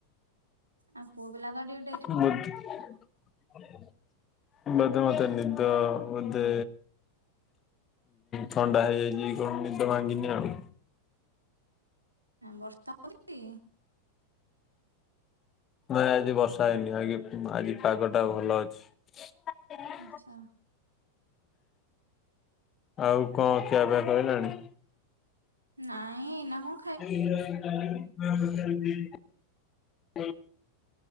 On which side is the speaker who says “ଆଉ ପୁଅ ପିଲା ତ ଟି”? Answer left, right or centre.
Right